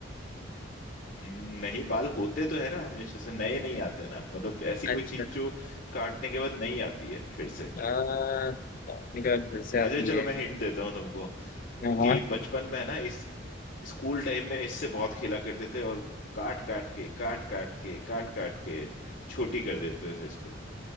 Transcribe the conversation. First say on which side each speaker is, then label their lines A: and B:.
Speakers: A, on the left; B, on the left.
A: हम्म, नहीं बाल होते तो है ना हमेशा से नए नहीं आते ना मतलब ऐसी कोई
B: अच्छा
A: चीज जो काटने के बाद नहीं आती है फिर से
B: आ, निकल फिर से आती
A: अच्छा चलो
B: है
A: मैं हिंट देता हूँ तुमको
B: हाँ
A: कि बचपन में है ना इस स्कूल टाइम में इससे बहुत खेला करते थे और काट काट के काट काट के काट काट के छोटी कर देते थे इसको